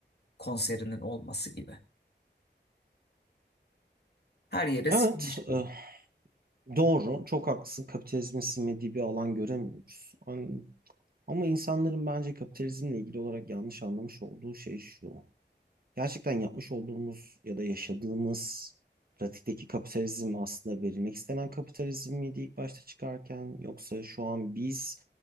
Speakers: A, on the left; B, on the right.
A: konserinin olması gibi. Her yere
B: Evet,
A: sinmiş durum.
B: e, doğru. Çok haklısın. Kapitalizmin sinmediği bir alan göremiyoruz. An- Ama insanların bence kapitalizmle ilgili olarak yanlış anlamış olduğu şey şu. gerçekten yapmış olduğumuz ya da yaşadığımız pratikteki kapitalizm aslında verilmek istenen kapitalizm miydi ilk başta çıkarken yoksa şu an biz